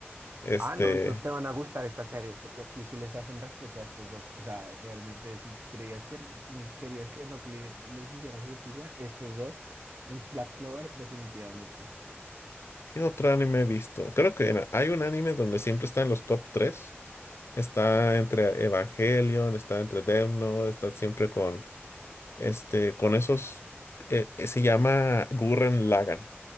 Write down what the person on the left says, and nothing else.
Este,
¿qué otro anime he visto? Creo que en- hay un anime donde siempre está en los top tres Está entre Evangelion, está entre Death Note, está siempre Este, con esos, eh, eh, se llama Gurren Lagann.